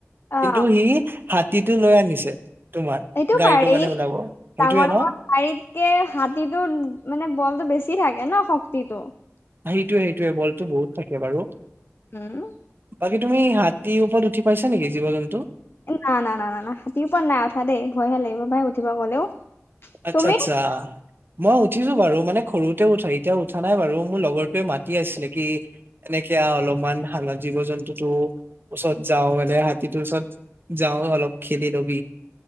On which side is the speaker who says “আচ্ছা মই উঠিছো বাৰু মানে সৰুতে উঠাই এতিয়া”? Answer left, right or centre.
Right